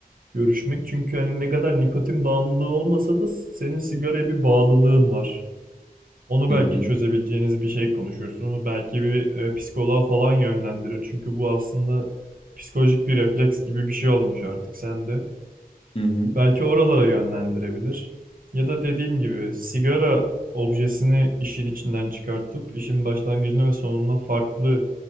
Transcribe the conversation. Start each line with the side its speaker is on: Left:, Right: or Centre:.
Right: görüşmek. Çünkü hani ne kadar nikotin bağımlılığı olmasa da senin sigaraya bir bağlılığın var. Onu
Left: Hı
Right: belki
Left: hı.
Right: çözebileceğiniz bir şey konuşursunuz. Belki bir e, psikoloğa falan yönlendirir. Çünkü bu aslında psikolojik bir refleks gibi bir şey olmuş artık sende.
Left: Hı hı.
Right: Belki oralara yönlendirebilir. Ya da dediğim gibi sigara objesini işin içinden çıkartıp işin başlangıcına ve sonuna farklı